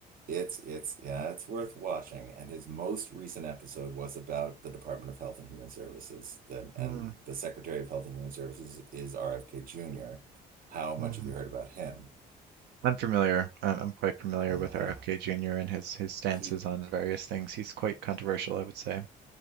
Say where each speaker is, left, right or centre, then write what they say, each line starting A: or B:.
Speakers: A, on the right; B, on the right.
A: It's it's yeah, it's worth watching. And his most recent episode was about the Department of Health and Human Services. Then and
B: Mm,
A: the Secretary of Health and Human Services is RFK Jr. How much
B: mm.
A: have you heard about him?
B: I'm familiar. I'm, I'm quite familiar
A: Uh,
B: with RFK Jr. and his his stances
A: he
B: on various things. He's quite controversial, I would say.